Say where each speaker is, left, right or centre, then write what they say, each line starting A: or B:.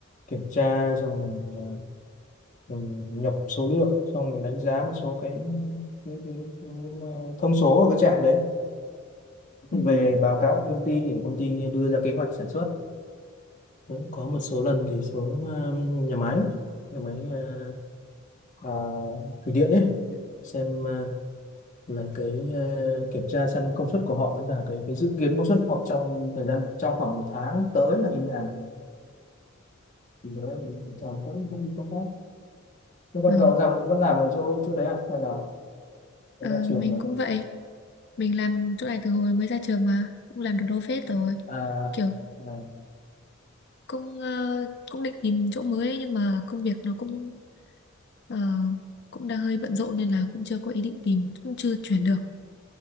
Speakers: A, on the left (about 40°); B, on the left (about 55°).
A: kiểm tra xong mình ờ, mình nhập số liệu xong mình đánh giá một số cái, cái, cái, cái ờ, thông số ở cái trạm đấy
B: Ừ.
A: về báo cáo cho công ty để công ty đưa ra kế hoạch sản xuất cũng có một số lần thì xuống um, nhà máy nhà máy uh, à, thủy điện ấy xem uh, là cái uh, kiểm tra xem công suất của họ với cả cái cái dự kiến công suất của họ trong thời gian trong khoảng một tháng tới là như thế nào thì đấy là mình bình thường cũng cũng đi công tác thế còn
B: Ờ.
A: cậu ra vẫn làm ở chỗ chỗ đấy à hay là
B: Ờ,
A: đấy là chuyển
B: mình
A: rồi
B: cũng vậy mình làm chỗ này từ hồi mới ra trường mà cũng làm được đâu phết rồi
A: à,
B: kiểu
A: à
B: cũng ờ, cũng định tìm chỗ mới ấy, nhưng mà công việc nó cũng ờ, cũng đang hơi bận rộn nên là cũng chưa có ý định tìm cũng chưa chuyển được